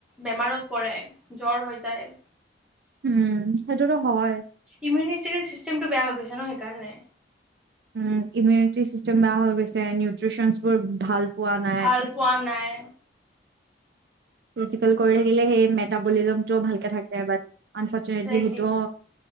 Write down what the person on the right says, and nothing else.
উম', সেইটোতো হয়।
উম, ইমিউনিটি চিষ্টেম বেয়া হৈ গৈছে, নিউট্ৰিচেনচ বোৰ ভাল পোৱা নাই।
ৰচিকেল কৰি আহিলে সেই মে মেতাপলিজমটোও ভালকে থাকে বাত আনফৰ্চুনেটলি
সেইটোও